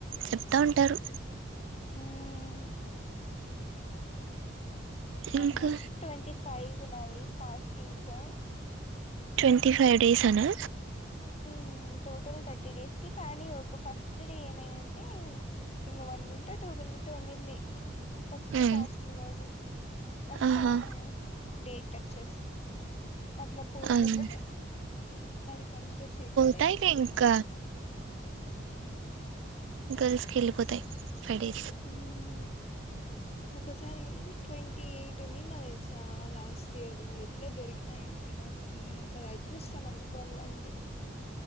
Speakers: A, on the right; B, on the left.
A: చెప్తా
B: మ్మ్
A: ఉంటారు
B: మ్మ్
A: ఇంకా
B: ఆల్మోస్ట్ ట్వ ఫైవ్ నావి ఫాస్టింగ్సు
A: ట్వంటీ ఫైవ్ డేస్ అనా
B: ఉ టోటల్ థర్టీ డేస్ కి కానీ ఒక ఫస్ట్ డే ఏమైందంటే ఇంగ వన్ మినిటో టూ మినిటొ ఉన్నింది ఫస్ట్
A: ఉమ్
B: ఫాస్టింగ్ రోజు అప్పుడు
A: ఆహా
B: డేట్ టచ్చెస్ అట్ల పోయింది
A: అవును
B: ఒకటి అది కన్సిడర్ చేయ్యకు
A: <unintelligible> ఇంక
B: హు
A: గర్ల్స్ కి ఎళ్ళిపోతాయ్ ఫైవ్ డే
B: ఊ ఉ ఒకసారి ట్వంటీ ఎయిట్ ఉంన్నిండ దెలుసా లాస్ట్ ఇయర్ ఎట్లా దొరికినాయ్ అంటే నా నాకి అసలు అదృష్ట్యం అనుకోల్ల అంతే